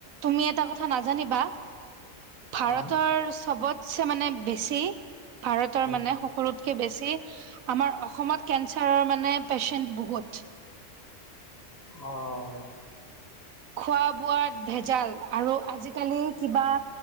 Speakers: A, on the right (about 80°); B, on the left (about 30°).
A: তুমি এটা কথা নাজানিবা ভাৰতৰ
B: অ
A: চবত সে মানে বেছি ভাৰতৰ
B: উ
A: মানে সকলোতকে বেছি আমাৰ অসমত কেঞ্চাৰৰ মানে পেচেণ্ট বহুত।
B: অ'
A: খোৱা-বোৱাত ভেজাল আৰু আজিকালি কিবা।